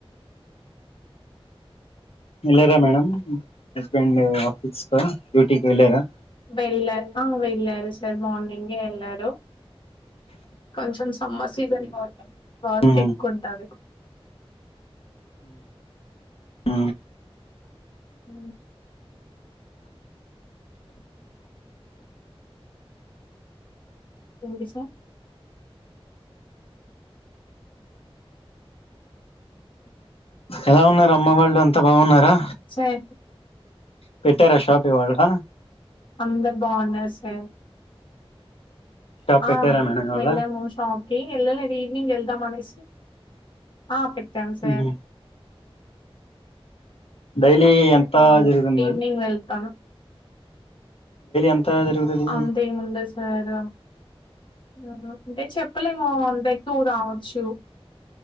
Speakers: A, on the left (about 75°); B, on the left (about 55°).
A: ఎల్లరా మేడమ్ హస్బెండ్ ఆఫీస్క డ్యూటీక్ వెళ్ళారా
B: వెళ్ళర్ ఆ వెళ్ళారు సార్ మార్నింగ్ ఎళ్లారు కొంచెం సమ్మర్ సీజన్ కాబ వర్క్
A: ఉమ్
B: ఏకువ ఉంటది
A: ఆ
B: అ ఏంటి సార్
A: ఎలా ఉన్నారు అమ్మ వాళ్ళు అంతా బాగున్నారా
B: సర
A: పెట్టార షాప్ ఇవాలా
B: అందరు బాగున్నారు సార్
A: షాప్ పెట్టారా
B: ఆ
A: మేడం ఇవాళ
B: వెళ్ళాము షాప్కి ఏళ్ల ఈవినింగ్ వెళ్దాం అనేసి ఆ పెట్టం సార్
A: ఉహు డైలీ ఎంత
B: మ్మ్.
A: జరుగుతుంది మ్యామ్
B: ఈవినింగ్ వెళ్తాను
A: ఎంత జరుగుతుంది
B: అంతేముందండు సార్ అంటే చెప్పలేముో అంతకువా రావచ్చు